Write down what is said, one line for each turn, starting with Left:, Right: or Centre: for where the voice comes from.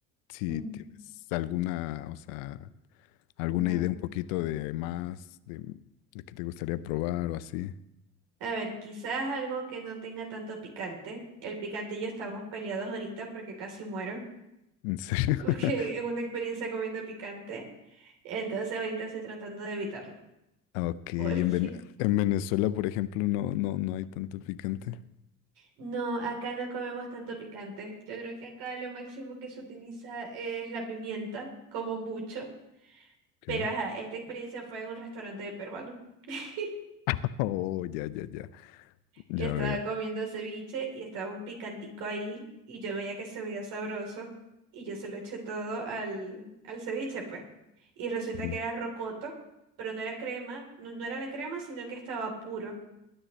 Left: si
Right: mm,
Left: tienes alguna, o sea, alguna
Right: no.
Left: idea un poquito de más, de, de que te gustaría probar o así.
Right: A ver, quizás algo que no tenga tanto picante. El picante y yo estamos peleados ahorita porque casi muero,
Left: ¿En serio?
Right: <laughs> porque
Left: <laughs>
Right: en una experiencia comiendo picante. Entonces ahorita estoy tratando de evitarlo, <laughs>
Left: Ah, Ok,
Right: porque
Left: y en, Ven- en Venezuela, por ejemplo, no, no, no hay tanto picante.
Right: no, acá no comemos tanto picante. Yo creo que acá lo máximo que se utiliza es la pimienta, como mucho.
Left: Ok.
Right: Pero ajá, esta experiencia fue en un restaurante peruano. <laughs>
Left: <laughs> Oh, ya, ya, ya. Ya
Right: que estaba
Left: veo.
Right: comiendo ceviche y estaba un picantico ahí y yo veía que se veía sabroso y yo se lo eché todo al, al ceviche, pues. Y resulta
Left: Ujú.
Right: que era rocoto, pero no era crema, no, no era la crema, sino que estaba puro.